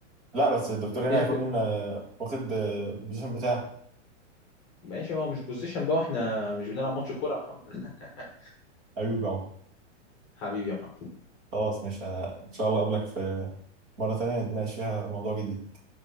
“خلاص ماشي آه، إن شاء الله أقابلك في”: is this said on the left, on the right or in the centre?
Right